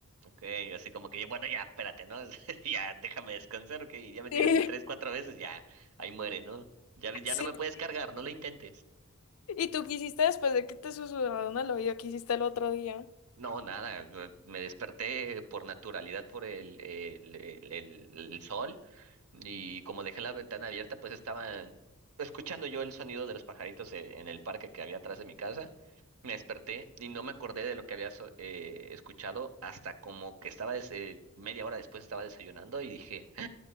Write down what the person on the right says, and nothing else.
ok, así como que yo, bueno, ya, espérate, ¿no? <laughs> Ya déjame descansar, que ya me tiraste
tres, cuatro veces, ya, ahí muere, ¿no? Ya, ya
no me
puedes cargar, no lo intentes.
No, nada, eh, me desperté por naturalidad por el, el, el, el el sol. Y como dejé la ventana abierta, pues estaba escuchando yo el sonido de los pajaritos eh, en el parque que había atrás de mi casa. Me desperté y no me acordé de lo que había so- eh, escuchado hasta como que estaba des- eh, media hora después estaba desayunando y dije,